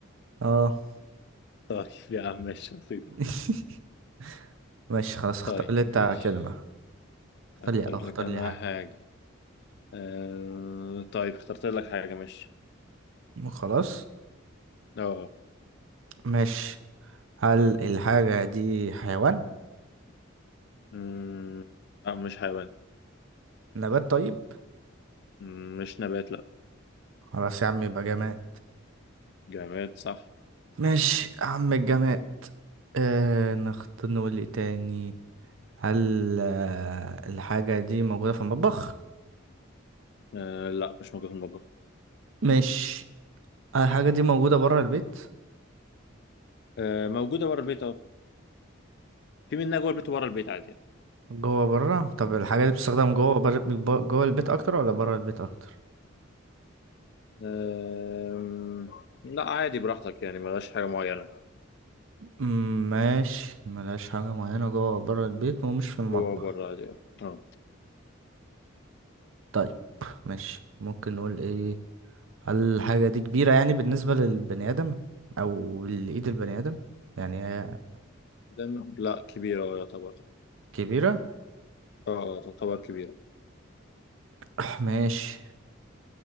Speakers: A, on the right; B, on the left.
A: اه
B: طيب يا عم ماشي بسيطة
A: <laughs> ماشي خلاص اختار
B: طيب
A: لي انت
B: ماشي
A: كلمة اختار
B: أختار
A: لي اختار
B: لك أنا
A: لي حاجة
B: حاجة أه طيب اخترت لك حاجة ماشي
A: خلاص
B: اه
A: ماشي هل الحاجة دي حيوان
B: مم، لا مش حيوان
A: نبات طيب
B: مم، مش نبات لا
A: خلاص يا عم يبقى جماد
B: جماد صح
A: ماشي يا عم الجماد آه نخت نقول ايه تاني هل آه الحاجة دي موجودة في المطبخ
B: أه لا مش موجود في المطبخ
A: ماشي هل الحاجة دي موجودة برا البيت
B: أه موجودة بره البيت أهو في منها جوه البيت وبره البيت عادي يعني.
A: جوه برا طب الحاجة دي بتستخدم جوه
B: آه.
A: بر... ب- جوه البيت أكتر ولا برا البيت أكتر
B: أم... لا عادي براحتك يعني ملهاش حاجة معينة
A: مم، ماشي ملهاش حاجة معينة جوه برا البيت ومش في المطبخ
B: جوه وبره عادي يعني. اه
A: طيب ماشي ممكن نقول ايه هل الحاجة دي كبيرة يعني بالنسبة للبني آدم أو لإيد البني آدم يعني هي
B: دم لا كبيرة اه يعتبر
A: كبيرة
B: اه اه تعتبر كبيرة
A: <clears throat> ماشي